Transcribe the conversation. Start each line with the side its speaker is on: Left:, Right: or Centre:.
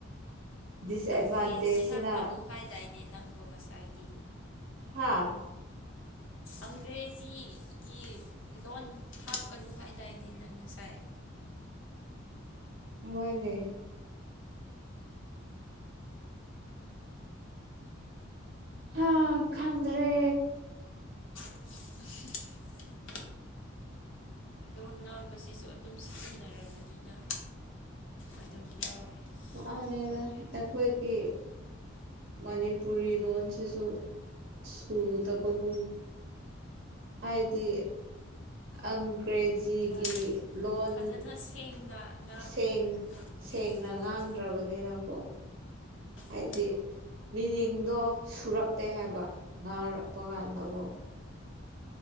Right: ꯗꯤꯁꯑꯦꯗꯚꯥꯟꯇꯦꯖꯁꯤꯅ
Left: ꯑꯪꯒ꯭ꯔꯦꯖꯤ ꯍꯥꯞꯀꯅꯨ ꯍꯥꯏꯗꯥꯏꯅꯦ ꯅꯪꯕꯨ ꯉꯁꯥꯏꯗꯤ
Right: ꯍꯥꯥ
Left: ꯑꯪꯒ꯭ꯔꯦꯖꯤꯒꯤ ꯂꯣꯟ ꯍꯥꯞꯀꯅꯨ ꯍꯥꯏꯗꯥꯏꯅꯦ ꯅꯪ ꯉꯁꯥꯏ
Right: ꯍꯣꯏꯅꯦ ꯍꯥ ꯈꯪꯗ꯭ꯔꯦ
Left: <inaudible> ꯂꯣꯟ ꯉꯥꯡꯕꯁꯤꯁꯨ ꯑꯗꯨꯝ ꯁꯤꯖꯤꯟꯅꯔꯕꯅꯤꯅ ꯑꯗꯨꯝ ꯌꯥꯎꯔꯦ
Right: ꯃꯥꯅꯦꯅ
Left: ꯑꯩꯈꯣꯏ ꯃꯌꯥꯝꯁꯦ
Right: ꯑꯩꯈꯣꯏꯒꯤ ꯃꯅꯤꯄꯨꯔꯤ ꯂꯣꯟꯁꯤꯁꯨ ꯁꯨꯗꯕꯒꯨꯝ ꯍꯥꯏꯗꯤ ꯑꯪꯒ꯭ꯔꯦꯖ ꯖꯤꯒꯤ
Left: ꯃꯥꯅꯤ
Right: ꯂꯣꯟ
Left: ꯐꯖꯅ ꯁꯦꯡꯅ ꯉꯥꯡꯒꯦ
Right: ꯁꯦꯡ
Left: ꯍꯥꯏꯔ ꯀꯥꯟꯗ
Right: ꯁꯦꯡꯅ
Left: ꯉꯝꯗꯕꯅꯤ
Right: ꯉꯥꯡꯗ꯭ꯔꯕꯅꯤꯅ <unintelligible> ꯍꯥꯏꯗꯤ
Left: ꯎꯝ
Right: ꯃꯤꯅꯤꯡꯗꯣ ꯁꯨꯔꯛꯇꯦ ꯍꯥꯏꯕ ꯉꯥꯡꯔꯛꯄ ꯀꯥꯟꯗꯀꯣ
Left: ꯍꯣꯏ